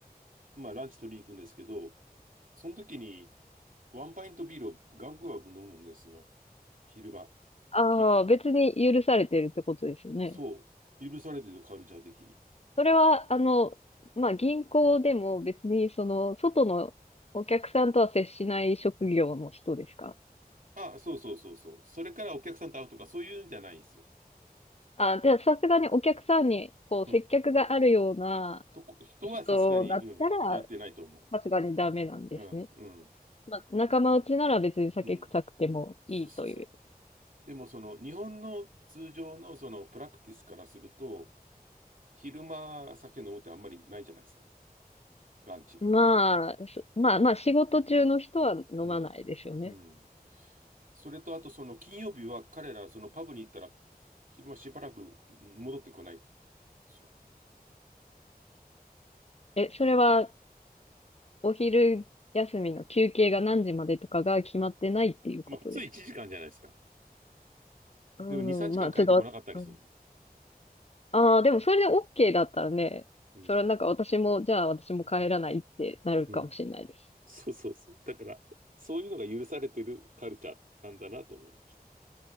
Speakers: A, on the right; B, on the left.
A: まあ、ランチ取りに行くんですけど、その時にワンパイントビールをガブガブ飲むんですよ。昼間。
B: ああ、
A: き、
B: 別に許されてるってことですよね。
A: そう、許されてるカルチャー的に。
B: それは、あの、まあ、銀行でも別に、その、外のお客さんとは接しない職業の人ですか
A: あ、そうそうそうそう。それからお客さんと会うとか、そういうんじゃないですよ。
B: あ、じゃあ、さすがにお客さんに、こう、
A: うん
B: 接客があるような
A: とこ、人はさすがに、
B: 人だったら、
A: うん、やってないと思
B: さすがにダメなんですね。
A: う。うん、うん、
B: まあ、仲間内なら別に酒臭くてもいいという。
A: うん。そうそうそう。でも、その、日本の通常の、その、プラクティスからすると、昼間、酒飲むってあんまりないじゃないですか。ランチで。
B: まあ、そまあ、まあ、仕事中の人は飲まないですよね。
A: うん、うん。それと、あと、その、金曜日は彼ら、その、パブに行ったら、昼間しばらく戻ってこないんでしょ。
B: え、それは、お昼休みの休憩が何時までとかが決まってないっていうことですか
A: まあ、普通1時間じゃないですか。
B: うん、
A: でも、2、3時間帰ってこなかったりするの。
B: まあ、ちょっとわ、うん、ああ、でもそれで OK だったらね、
A: うん。
B: それはなんか私も、じゃあ私も帰らないってなるかもしれないです。
A: うんそうそうそう。だから、そういうのが許されてるカルチャーなんだなと思いまし